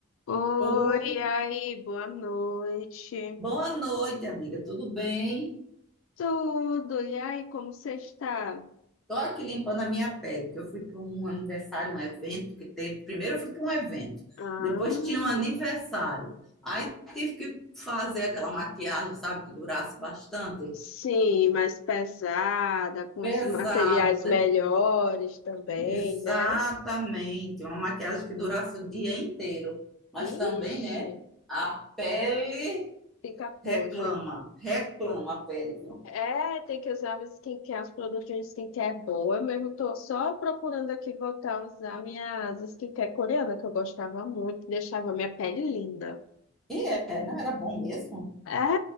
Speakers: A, on the left; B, in the centre.
A: Oi,
B: Ô,
A: e aí, boa noite.
B: boa noite, amiga. Tudo bem?
A: Tudo, e aí, como você está?
B: Tô aqui limpando a minha pele, que eu fui para um aniversário, um evento que teve. Primeiro eu fui para um evento,
A: Ah,
B: depois tinha um aniversário. Aí tive que fazer aquela maquiagem, sabe, que durasse bastante.
A: sim, mais pesada, com
B: Pesada.
A: os materiais melhores também,
B: Exatamente.
A: né?
B: Uma maquiagem que durasse o dia inteiro. Mas
A: Ixi,
B: também, né, a pele
A: fica
B: reclama,
A: podre.
B: reclama a pele, viu?
A: É, tem que usar o skincare, os produtos de skincare boa. Eu mesmo tô só procurando aqui voltar a usar minhas skincare coreana, que eu gostava muito, que deixava minha pele linda.
B: E é, não era bom mesmo?
A: Era,